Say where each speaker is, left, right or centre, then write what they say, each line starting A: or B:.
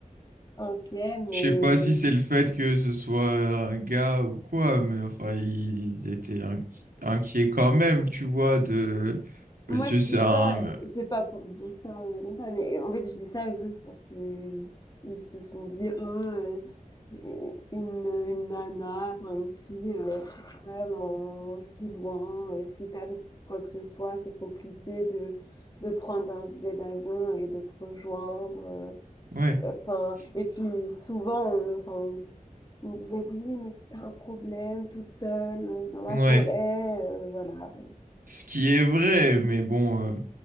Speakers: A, on the left; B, on the right.
A: inquiet, mais
B: je sais pas si c'est le fait que ce soit un gars ou quoi, mais enfin, ils, ils étaient inqui- inquiets quand même, tu vois, de... Parce
A: Moi, je
B: que c'est
A: dis
B: un...
A: ça, c'est pas pour dire ça euh, comme ça, mais euh, en fait, je dis ça juste parce que euh, ils se font dire, Ah, euh, euh, une, une nana, enfin une fille euh, toute seule, en, aussi loin, euh, si t'arrive quoi que ce soit, c'est compliqué de, de prendre un billet d'avion et de te rejoindre. euh,
B: Ouais,
A: Enfin,
B: c-
A: et puis souvent, on, enfin, on on me disait, oui, mais si t'as un problème toute seule, euh, dans la
B: ouais.
A: forêt, euh, voilà,
B: Ce qui est vrai, mais bon, euh,